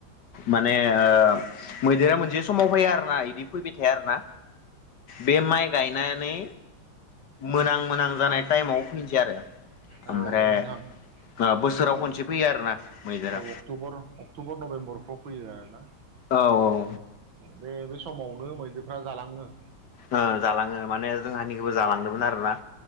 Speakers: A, on the left; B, on the right.
A: माने
B: औ
A: ओ मैदेरा मोनसे समाव फायो आरो ना इदि फैबाय थाया आरो ना
B: नंगौ
A: बे माइ गायनानै मोनां मोनां जानाय टाइमाव फैनिसै आरो ओमफ्राय
B: औ बेमोनहां
A: ओ बोसोराव
B: बिनि
A: खनसे फैयो आरोना मैदेरा
B: औ अक्टुबर अक्टुबर नभेम्बरफ्राव फैयो आरो ना
A: औ औ
B: बे बे समावनो मैदेरफ्रा जालाङो
A: ओ जालाङो माने जोंहानिखोबो जालांदोंमोन आरोना